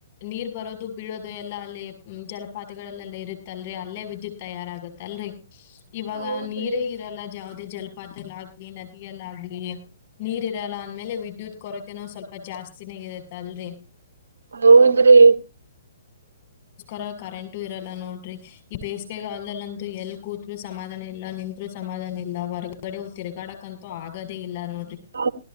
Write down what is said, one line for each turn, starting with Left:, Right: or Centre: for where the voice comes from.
Left: ನೀರ್ ಬರೋದು ಬೀಳೋದು ಎಲ್ಲಾ ಅಲ್ಲಿ ಜಲಪಾತಿಗಳಲ್ಲೆಲ್ಲ ಇರುತ್ತಲ್ರಿ ಅಲ್ಲೇ ವಿದ್ಯುತ್ ತಯಾರಾಗತ್ತಲ್ರಿ ಇವಾಗ
Right: ಹೌದ್ರಿ
Left: ನೀರೇ ಇರಲ್ಲ ಜಾವ್ದೇ ಜಲ ಪಾತ್ಲ್ಲ ಆಗ್ಲಿ ನದಿಯಲ್ಲಾಗಲಿ ನೀರ್ ಇರಲ್ಲ ಅಂದ್ಮೇಲೆ ವಿದ್ಯುತ್ ಕೊರತೆನೂ ಸ್ವಲ್ಪ ಜಾಸ್ತಿನೇ ಇರತ್ತ ಅಲ್ರರಿ
Right: ಹೌಂದ್ರೀ
Left: ರ ಕರೆಂಟು ಇರಲ್ಲ ನೋಡ್ರಿ ಈ ಬೇಸಿಗೆಗಾಲದಲ್ಲಂತೂ ಎಲ್ ಕೂತ್ರು ಸಮಾಧಾನ ಇಲ್ಲ ನಿಂತತ್್ರು ಸಮಾಧಾನ ಇಲ್ಲ ವರ್ಗ ಗಡೆವು ತಿಗಾಡಕ್ ಅಂತೂ ಆಗದೇ ಇಲ್ಲ ನೋಡ್ರಿ
Right: ಹ